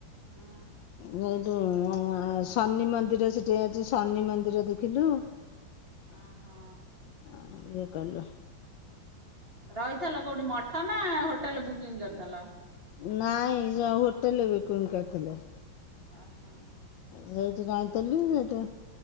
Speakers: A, on the right (about 30°); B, on the left (about 75°).
A: ହଁ
B: ଉ ଆ ଶନି ମନ୍ଦିର ସେଠି ଅଛି ଶନି ମନ୍ଦିର ଦେଖିଲୁ
A: ଓହୋ
B: ହ ଇଏ କଲୁ
A: ରହିଥିଲ କୋଉଠି ମଠ ନା ହୋଟେଲ ବୁକିଂ କରିଥିଲ
B: ନାଇଁ ଯ ହୋଟେଲ ବିକିଙ୍ଗୁ କରିଥିଲେ
A: ଓହୋ
B: ସେଇଠି ଜାଇଁଥିଲୁ ସେଇଠୁ